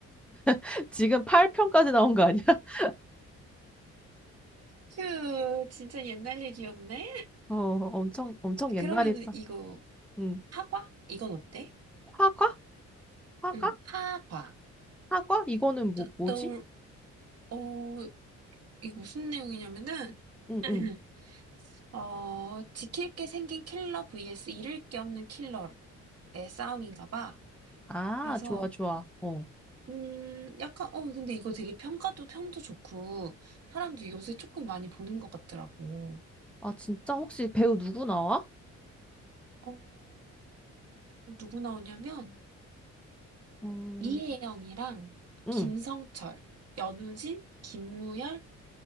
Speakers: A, in the centre; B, on the right (about 55°).
A: <laughs> 지금 8편까지 나온 거 아니야? <laughs>
B: 휴, 진짜 옛날 얘기였네?
A: 어, 엄청 엄청
B: 아,
A: 옛날이다.
B: 그러면은 이거,
A: 응.
B: 파과? 이건 어때?
A: 화과? 화과?
B: 응, 파과.
A: 화과? 이거는 뭐
B: 저-
A: 뭐지?
B: 너, 어, 이거 무슨 내용이냐면은,
A: 응,
B: <clears throat>
A: 응.
B: 어, 지킬 게 생긴 킬러 vs 잃을 게 없는 킬러의 싸움인가 봐.
A: 아,
B: 그래서
A: 좋아, 좋아. 어.
B: 음 약간 어 근데 이거 되게 평가도 평도 좋고 사람들이 요새 조금 많이 보는 것 같더라고.
A: 아, 진짜 혹시 배우 누구 나와?
B: 어 누구 나오냐면
A: 음,
B: 이혜영이랑
A: 응.
B: 김성철, 연우진, 김무열